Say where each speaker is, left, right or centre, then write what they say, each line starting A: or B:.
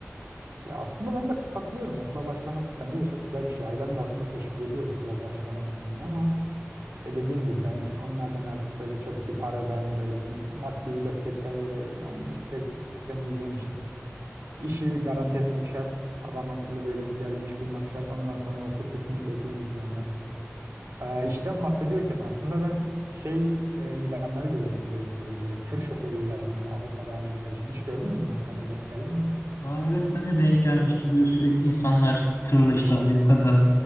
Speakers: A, on the right (about 80°); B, on the left (about 80°).
A: Ya aslında ben de katılıyorum. Okula başlamak bence de çok güzel bir şey. Ailem de aslında teşvik ediyor okula başlamalısın diye ama işte dediğim gibi ben onlardan artık böyle çok bir paradan böyle bir maddi bir destekler böyle yani iste, istemeyeceğim için. İşi garanti etmek şart. Adam akıllı böyle güzel bir iş bulmak şart. Ondan sonra okul kesinlikle ikinci planda. Ee, işten bahsediyorken aslında ben şey e, ilanları görüyorum ikide birlikte tabii böyle tır şoförü ilanları Avrupa'da Amerika için. Hiç gördün mü bunları? Sen de denk geldin mi?
B: Aa, evet ben de denk gelmiştim. Böyle sürekli insanlar tırla işte Amerika'da